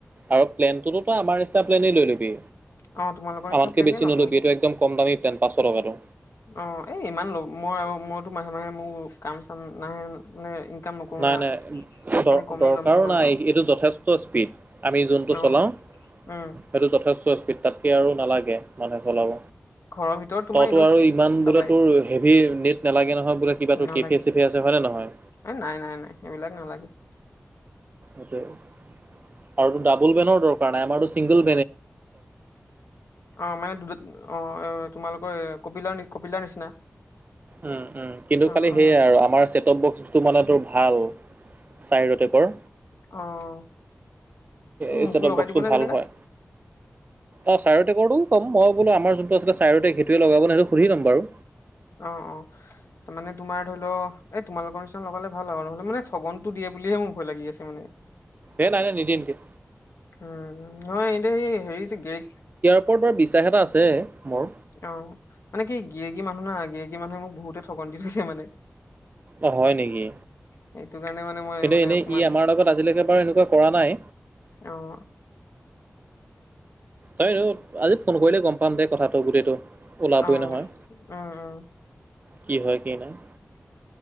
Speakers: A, on the right; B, on the left.
A: আৰু প্লেনটোতো তই আমাৰ নিচিনা প্লেনেই লৈ ল'বি।
B: অ তোমালোকৰ নিচিনা
A: আমাতকে
B: প্লেনে
A: বেছি
B: ল'ম
A: নল'বি,
B: অ
A: এইটো একদম কম দামি প্লেন পাঁচশ টকাটো।
B: অ' এ ইমান ল মই আৰু মইতো মাহে মাহে মোৰ কাম চাম নাহে মানে ইনকাম নকৰো
A: নাই
B: না
A: নাই
B: সেইকাৰণে কমেই
A: দৰকাৰো
B: ল'ম যিমান
A: নাই
B: পাৰো
A: এইটো যথেষ্ট স্পীড আমি যোনটো
B: অ
A: চলাওঁ।
B: উম
A: সেইটো যথেষ্ট স্পীড তাতকে আৰু নালাগে মানে চলাব।
B: ঘৰৰ ভিতৰত তোমাৰ
A: তইতো
B: ইনেও
A: আৰু
B: স্পীড
A: ইমান
B: পাবাই
A: বোলে তোৰ হেভি নেলাগে নহয় বোলে কিবা
B: নালাগে
A: কেফে চেফে আছে হয় নে নহয়?
B: এই নাই নাই নাই সেইবিলাক নালাগে।
A: আৰুটো ডাবুল বেনৰ দৰকাৰ নাই। আমাৰটো চিংগল
B: অ' মানে দুটা অ' তোমালোক কৈ কপিলদা কপিলদাৰ নিচিনা।
A: উম উম কিন্তু
B: অ
A: খালি
B: উম
A: সেইয়া আৰু আমাৰ চছেটপ বক্স তো মানে তোৰ ভাল চাই ৰটেকৰ।
B: অ'
A: এই
B: মোকো
A: ছেটপ
B: লগাই
A: বক্সটো
B: দিবনে
A: ভাল
B: তেনেকা?
A: হয়। অ' চাইৰ টেকৰটোও কম, মই বোলো আমাৰ যোনটো আছিলে চাইৰ টেক সেইটোৱে লগাব সেইটো সুধি লম বাৰু।
B: অ' অ' তাৰ মানে ধৰি লওঁ, এই তোমালোকৰ নিচিনা লগালে ভাল হয় আৰু, মানে ঠগনটো দিয়ে বুলিহে মোৰ ভয় লাগি আছে মানে।
A: এ নাই নাই নিদিয়ে নিদিয়ে
B: উম নহয় এতিয়া সেই হেৰি গেৰে
A: তোৰ ওপৰত বিশ্বাস এটা আছে মোৰ।
B: অ' মানে কি গেৰেকী মানুহ না গেৰেকী মানুহে মোক বহুতে ঠগন দি থৈছে মানে।
A: অ' হয় নেকি?
B: সেইটো কাৰণে মানে মই
A: কিন্তু
B: মানে
A: এনেই
B: অকমান
A: ই আমাৰ লগত আজিলৈকে বাৰু এনেকুৱা কৰা নাই।
B: অ'।
A: তই আজি ফোন কৰিলে গ'ম পাম দেই কথাটো গোটেইটো ওলাবই
B: উম,
A: নহয়।
B: উম, অ'।
A: কি হয় কি নাহয়।